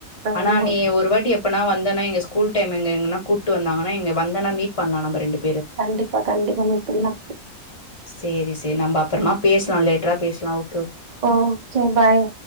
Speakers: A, on the right; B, on the left.
A: ஆமா
B: ஆனா நீ ஒரு வாட்டி எப் பனா வந்தனா எங்க ஸ்கூல் டைம் எங்க எங்கனா கூட்டு வந்தாங்கன்னா இங்க வந்தனா மீட் பன்லா நம்ம ரெண்டு
A: கண்டிப்பா கண்டிப்பா மீட் பன்லா
B: சேரி சேரி நம்ம அப்றமா பேசலா லேட்டரா பேசலா ஓ
A: ஆ ஓகே பாய்